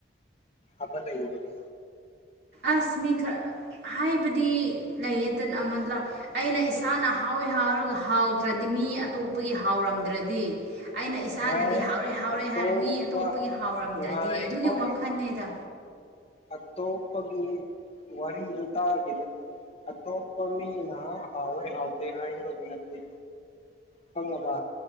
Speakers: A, on the left; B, on the right.
A: ꯑꯃꯥ ꯂꯩꯕꯅꯤ
B: ꯑꯁ ꯃꯤ ꯈꯔ ꯍꯥꯏꯕꯗꯤ ꯂꯩꯌꯦꯗꯅ ꯑꯃꯥ ꯂꯥ ꯑꯩꯅ ꯏꯁꯥꯅ ꯍꯥꯎꯏ ꯍꯥꯎꯔꯒ ꯍꯥꯎꯇ꯭ꯔꯗꯤ ꯃꯤ ꯑꯇꯣꯞꯄꯒꯤ ꯍꯥꯎꯔꯝꯗ꯭ꯔꯗꯤ ꯑꯩꯅ ꯏꯁꯥꯅꯗꯤ
A: ꯍꯣꯏ
B: ꯍꯥꯎꯔꯦ ꯍꯥꯎꯔꯦ
A: ꯑꯇꯣꯞꯄ
B: ꯍꯥꯏꯔ ꯃꯤ ꯑꯇꯣꯞꯄꯒꯤ ꯍꯥꯎꯔꯝꯗ꯭ꯔꯗꯤ
A: ꯉꯥꯏꯈꯣ
B: ꯑꯗꯨꯒꯤ ꯋꯥꯈꯜꯅꯦꯗ
A: ꯑꯇꯣꯞꯄꯒꯤ ꯋꯥꯔꯤꯗꯨ ꯇꯥꯒꯤꯅꯨ ꯑꯇꯣꯞꯄ ꯃꯤꯅ ꯍꯥꯎꯏ ꯍꯥꯎꯇꯦ ꯍꯥꯏꯒꯗꯧꯕ ꯅꯠꯇꯦ ꯈꯪꯉꯕ